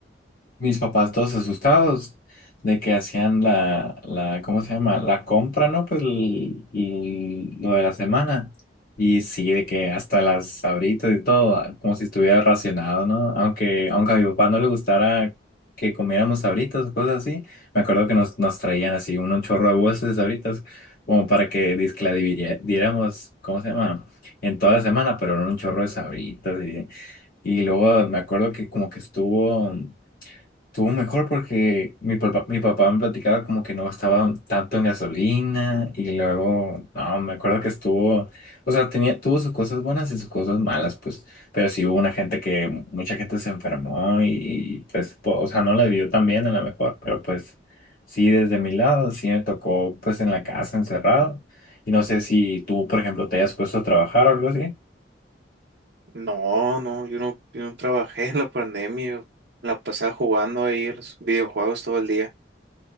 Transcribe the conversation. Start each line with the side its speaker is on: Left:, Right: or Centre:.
Left: Mis papás todos asustados de que hacían la, la, ¿cómo se llama? La compra, ¿no? Pues el- el- lo de la semana. Y sí, de que hasta las sabritas y todo, como si estuviera racionado, ¿no? Aunque, aunque a mi papá no le gustara que comiéramos sabritas o cosas así, me acuerdo que nos, nos traían así un, un chorro de bolsas de sabritas, como para que dizque la dividiera- diéramos, ¿cómo se llama? En toda la semana, pero era un chorro de sabritas y... Y luego me acuerdo que como que estuvo Estuvo mejor porque mi papá, mi papá me platicaba como que no gastaba tanto en gasolina y luego, no, me acuerdo que estuvo, o sea, tenía, tuvo sus cosas buenas y sus cosas malas, pues, pero sí hubo una gente que, mucha gente se enfermó y, y, pues, po- o sea, no la vivió tan bien a lo mejor, pero pues, sí, desde mi lado, sí me tocó, pues, en la casa encerrado y no sé si tú, por ejemplo, te hayas puesto a trabajar o algo así.
Right: No, no, yo no, yo no trabajé en la pandemia. Yo la pasaba jugando ahí a los videojuegos todo el día.